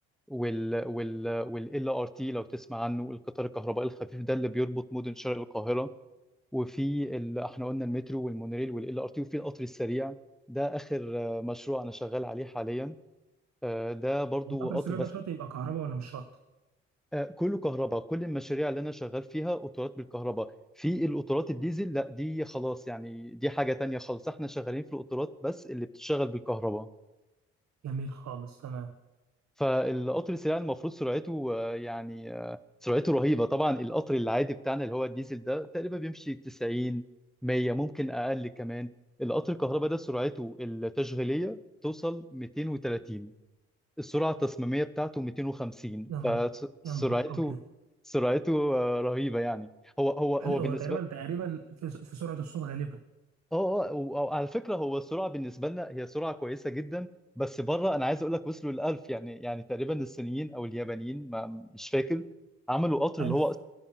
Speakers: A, in the centre; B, on the right (about 50°).
A: وال وال وال ار تي لو تسمع عنه القطار الكهربائي الخفيف ده اللي بيربط مدن شرق القاهره وفي ال... احنا قلنا المترو والمونوريل وال ار تي وفي القطر السريع ده اخر آه، مشروع انا شغال عليه حاليا آه، ده برضو
B: القطر
A: قطر
B: السريع
A: بس
B: ده شرط يبقى كهرباء ولا مش شرط
A: آه، كله كهرباء كل المشاريع اللي انا شغال فيها قطارات بالكهرباء في القطارات الديزل لا دي خلاص يعني دي حاجة تانية خالص احنا شغالين في القطارات بس اللي بتشتغل بالكهرباء
B: جميل خالص تمام
A: فالقطر السريع المفروض سرعته آه، يعني آه، سرعته رهيبة طبعا القطر العادي بتاعنا اللي هو الديزل ده تقريبا بيمشي 90 100 ممكن اقل كمان القطر الكهرباء ده سرعته التشغيلية توصل 230 السرعة التصميمية بتاعته 250
B: يا ن-
A: فسرعته
B: يا نهار ابيض
A: سرعته آه، رهيبة يعني هو هو هو
B: حد- هو
A: بالنسبة
B: تقريبا تقريبا في, س- في سرعه الصوت غالبا
A: اه اه و- وعلى فكرة هو السرعة بالنسبة لنا هي سرعة كويسة جدا بس بره انا عايز اقول لك وصلوا للألف يعني يعني تقريبا الصينيين او اليابانيين ما مش فاكر عملوا قطر
B: 1000
A: اللي هو